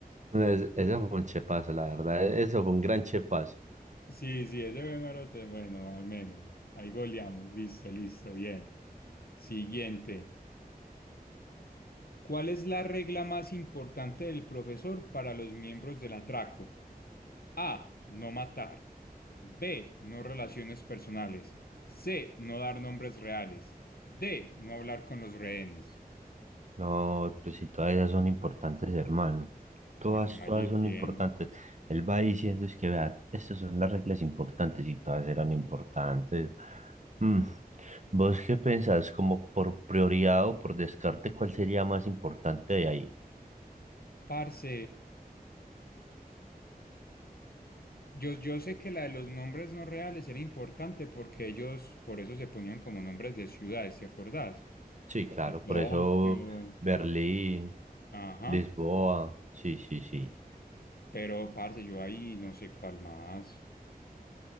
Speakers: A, on the right (about 50°); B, on the left (about 75°).
A: Es- Eso fue un chepazo, la verdad. Eso fue un gran chepazo.
B: Sí, sí, ese número, bueno, al menos. Ahí goleamos, listo, listo, bien. Siguiente. ¿Cuál es la regla más importante del profesor para los miembros del atraco? A. No matar. B. No relaciones personales. C. No dar nombres reales. D. No hablar con los rehenes.
A: No, pues si todas ellas son importantes, hermano. Todas,
B: Para que vaya
A: todas
B: hirviendo.
A: son importantes. Él va diciendo es que, vea, estas son las reglas importantes y todas eran importantes. Mm, ¿Vos qué pensás? Como por prioridad o por descarte, ¿cuál sería más importante de ahí?
B: Parce, yo, yo sé que la de los nombres no reales era importante porque ellos por eso se ponían como nombres de ciudades, ¿te acordás?
A: Sí, claro,
B: De Tokio,
A: por eso Berlín,
B: todo. Ajá.
A: Lisboa, sí, sí, sí.
B: Pero, parce, yo ahí no sé cuál más.